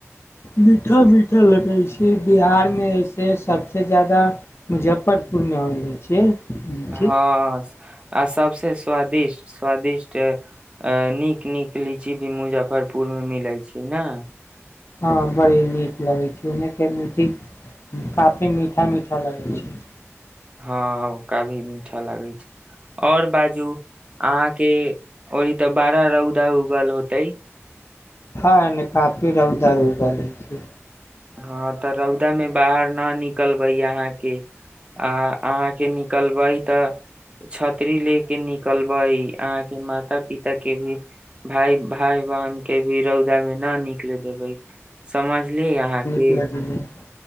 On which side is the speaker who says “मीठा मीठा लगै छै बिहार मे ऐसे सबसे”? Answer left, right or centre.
Left